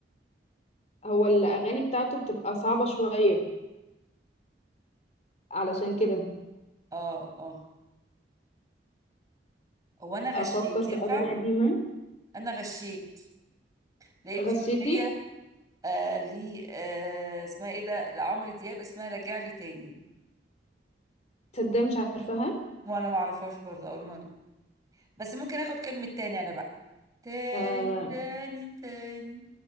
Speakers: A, on the left (about 40°); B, on the right (about 20°).
A: هو الأغاني بتاعته بتبقى صعبة شوية علشان كده
B: اه اه هو انا غشيت
A: أفكر في
B: ينفع
A: أغاني قديمة
B: انا غشيت لقيت
A: غشيتي
B: في اغنية آه لي آه اسمها ايه ده لعمرو دياب اسمها راجع لي تاني
A: تصدق مش عارفاها
B: وانا ما اعرفهاش برضه اول مرة بس ممكن اخد كلمة تاني انا بقى تاني
A: آه
B: تاني تاني